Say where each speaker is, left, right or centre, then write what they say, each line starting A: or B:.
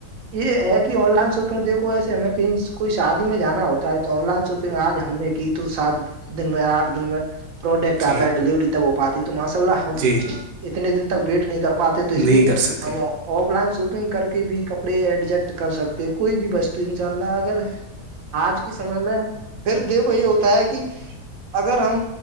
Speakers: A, on the right (about 65°); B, on the right (about 85°).
A: یہ ہے کہ آن لائن شاپنگ دیکو ایسے ہمیں کہیں کوئی شادی میں جانا ہوتا ہے تو آن لائن شاپنگ آج ہم نے کی تو سات دن میں آٹھ دن میں پروڈکٹ
B: جی
A: آتا ہے ڈیلیوری تب ہو پاتی ہے تو ماشاء اللہ
B: جی
A: ہم
B: جی
A: اتنے دن تک ویٹ نہیں کر پاتے تو اس
B: نہیں
A: لیے
B: کر سکتے
A: ہم آف لائن شاپنگ کر کے بھی کپڑے ایڈجسٹ کر سکتے کوئی بھی بو ان شاء اللہ اگر آج کے سمے میں پھر دیکھو یہ ہوتا ہے کہ اگر ہم